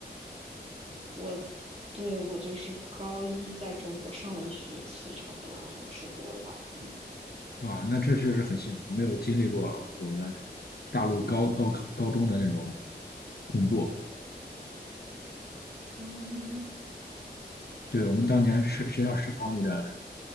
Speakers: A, on the right; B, on the left.
A: 我对我就是高一在中国上了一学期差不多，然后出国了吧，嗯。
B: 哇，那这确实很幸福，没有经历过我们大陆高高考高中的那种恐怖。
A: 嗯，
B: 对，我们当年是学校食堂里的